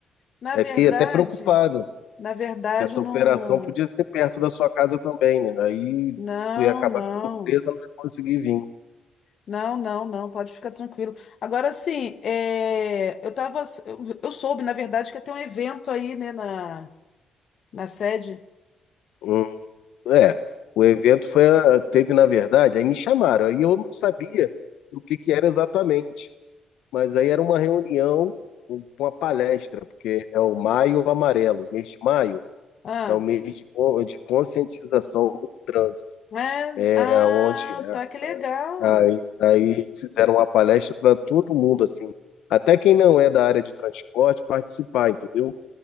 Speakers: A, on the left; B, on the left.
A: Na
B: Aí
A: verdade,
B: fiquei até preocupado,
A: na verdade,
B: que essa
A: não.
B: operação podia ser perto da sua casa também, né? Aí
A: Não,
B: tu ia acabar
A: não.
B: ficando presa, não ia conseguir vir.
A: Não, não, não, pode ficar tranquilo. Agora, assim, é, eu tava, eu, eu soube, na verdade, que ia ter um evento aí, né, na, na sede.
B: Hum, é, o evento foi, a- teve, na verdade, aí me chamaram, aí eu não sabia o que que era exatamente, mas aí era uma reunião, um- uma palestra, porque é o Maio Amarelo, o mês de maio
A: Ah,
B: é o mês de, con- de conscientização do trânsito,
A: é,
B: é
A: ah,
B: onde é,
A: tá, que legal.
B: aí, aí fizeram uma palestra para todo mundo, assim, até quem não é da área de transporte participar, entendeu?